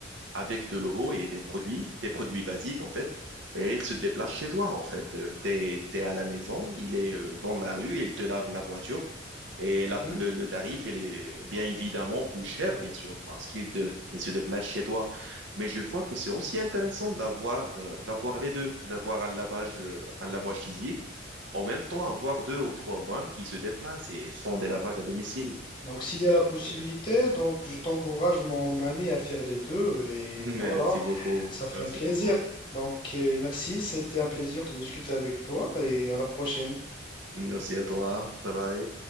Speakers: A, on the right; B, on the left.
A: avec de l'eau et des produits, des produits basiques en fait, et il se déplace chez toi en fait. Euh, T'es, t'es à la maison, il est euh, dans la rue, il te lave la voiture et
B: Mhm.
A: la- le, le tarif il est bien évidemment plus cher bien sûr parce qu'il te- il se déplace chez toi. Mais je vois que c'est aussi intéressant d'avoir euh, d'avoir les deux, d'avoir un lavage euh, un lavage physique. En même temps, avoir deux ou trois vannes qui se déplacent et font des lavages à domicile.
B: Donc, s'il y a la possibilité,
A: Et-
B: donc, je t'encourage, mon ami, à faire les deux, et
A: <laughs>
B: voilà,
A: Merci beaucoup.
B: ça fait
A: Merci
B: un plaisir.
A: beaucoup.
B: Donc, euh, merci, c'était un plaisir de discuter avec toi, et à la prochaine.
A: Merci à toi. Bye bye.